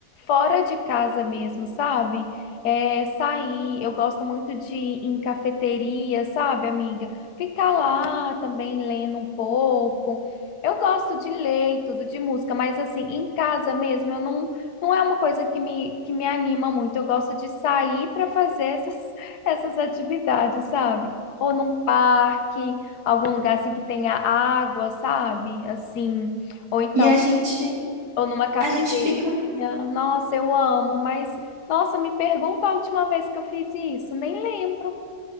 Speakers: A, on the left; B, on the right.
A: fora de casa mesmo, sabe? É, sair, eu gosto muito de ir em cafeteria, sabe, amiga? Ficar lá também lendo um pouco. Eu gosto de ler e tudo de música, mas assim, em casa mesmo, eu não, não é uma coisa que me, que me anima muito. Eu gosto de sair para fazer essas, <laughs> essas atividades, sabe? Ou num parque, algum lugar assim que tenha água, sabe? Assim, ou então
B: E a gente,
A: ou numa cafeteria.
B: a gente fica
A: Nossa, eu amo, mas nossa, me pergunta a última vez que eu fiz isso. Nem lembro.